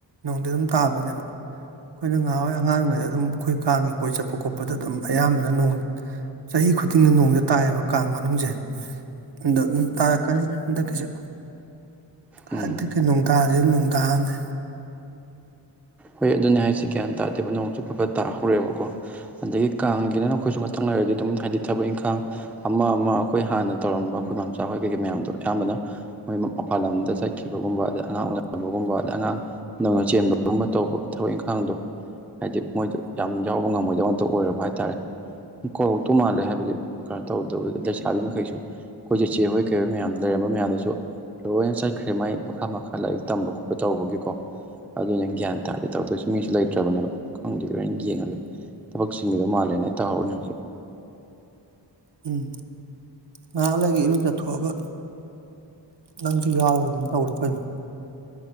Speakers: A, on the right (about 65°); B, in the centre.
A: ꯅꯣꯡꯗꯤ ꯑꯗꯨꯝ ꯇꯥꯕꯅꯦꯕ ꯑꯩꯈꯣꯏꯅ ꯉꯥꯍꯥꯟꯋꯥꯢ ꯑꯉꯥꯡꯑꯣꯢꯉꯩꯗ ꯑꯗꯨꯝ ꯈꯣꯏ ꯀꯥꯡꯉꯤ ꯀꯣꯏ ꯆꯠꯄ ꯈꯣꯠꯄꯗ ꯑꯗꯨꯝ ꯑꯌꯥꯝꯕꯅ ꯅꯣꯡ ꯆꯍꯤ ꯈꯨꯗꯤꯡꯒꯤ ꯅꯣꯡꯗ ꯇꯥꯏꯌꯦꯕ ꯀꯥꯡ ꯃꯅꯨꯡꯁꯦ ꯑ ꯑꯗꯨꯝ ꯇꯥꯔꯛꯀꯅꯤ ꯍꯟꯗꯛꯀꯤꯁꯨ
B: ꯎꯝ
A: ꯍꯟꯗꯛꯀꯤ ꯅꯣꯡ ꯇꯥꯁꯤ ꯅꯨꯡꯗꯥꯡꯅꯦ
B: ꯍꯣꯏ ꯑꯗꯨꯅꯦ ꯍꯥꯏꯁꯤ ꯒ꯭ꯌꯥꯟ ꯇꯥꯗꯦꯕ ꯅꯣꯡ ꯆꯨ ꯐꯐꯠ ꯇꯥꯍꯧꯔꯦꯕꯀꯣ ꯑꯗꯒꯤ ꯀꯥꯡꯒꯤꯗꯅ ꯑꯩꯈꯣꯏꯁꯨ ꯉꯇꯪ ꯂꯩꯔꯗꯤ ꯑꯗꯨꯝ ꯍꯥꯏꯗꯤ ꯊꯕꯛ ꯏꯪꯈꯥꯡ ꯑꯃ ꯑꯃ ꯑꯈꯣꯏ ꯍꯥꯟꯅ ꯇꯧꯔꯝꯕ ꯑꯩꯈꯣꯏ ꯃꯝꯆꯥ ꯍꯣꯏ ꯀꯩꯀꯩ ꯃꯌꯥꯝꯗꯣ ꯑꯌꯥꯝꯕꯅ ꯃꯣꯏ ꯃ ꯄꯥꯟ ꯂꯝꯗ ꯆꯠꯈꯤꯕꯒꯨꯝꯕ ꯑꯗꯩ ꯑꯉꯥꯡ ꯎꯅꯕꯒꯨꯝꯕ ꯑꯗꯩ ꯑꯉꯥꯡ ꯅꯧꯅ ꯆꯦꯟꯕ ꯇꯧꯕ ꯊꯕꯛ ꯏꯪꯈꯥꯡꯗꯣ ꯍꯥꯏꯗꯤ ꯃꯣꯏꯗꯣ ꯌꯥꯝ ꯌꯥꯎꯕ ꯉꯝꯃꯣꯏꯗꯕ ꯑꯃꯇ ꯑꯣꯏꯔꯕ ꯍꯥꯏꯇꯥꯔꯦ ꯀꯧꯔꯣꯛ ꯇꯧ ꯃꯥꯜꯂꯦ ꯍꯥꯏꯕꯗꯤ ꯀꯩꯅꯣ ꯇꯧꯗꯕꯩ ꯂꯩꯁꯥꯕꯤ ꯃꯈꯩꯁꯨ ꯑꯩꯈꯣꯏ ꯆꯦꯆꯦ ꯍꯣꯏ ꯀꯩ ꯍꯣꯏ ꯃꯌꯥꯝ ꯂꯩꯔꯝꯕ ꯃꯌꯥꯝꯗꯁꯨ ꯂꯣꯏꯅ ꯆꯠꯈ꯭ꯔꯦ ꯃꯥꯏ ꯃꯈꯥ ꯃꯈꯥ ꯂꯥꯏꯔꯤꯛ ꯇꯝꯕ ꯈꯣꯠꯄ ꯇꯧꯕꯒꯤꯀꯣ ꯑꯗꯨꯅꯦ ꯒ꯭ꯌꯥꯟ ꯍꯥꯏꯇꯥꯥꯔꯗꯤ ꯇꯧꯛꯇꯣꯏꯁꯨ ꯃꯤꯁꯨ ꯂꯩꯇ꯭ꯔꯕꯅꯦꯕ ꯈꯪꯗꯦ ꯂꯣꯏꯅ ꯌꯦꯡꯉꯒꯦ ꯊꯕꯛꯁꯤꯡꯗꯨꯗꯣ ꯃꯥꯜꯂꯦꯅ ꯑꯩ ꯇꯧꯍꯧꯔꯅꯤ ꯍꯧꯖꯤꯛ
A: ꯎꯝ ꯉꯥꯏꯍꯥꯛꯂꯗꯒꯤ ꯏꯔꯨ ꯆꯠꯊꯣꯛꯑꯒ ꯅꯪꯁꯨ ꯌꯥꯎꯔꯒ ꯑꯗꯨꯝ ꯇꯧꯔꯣ ꯀꯩꯅꯣ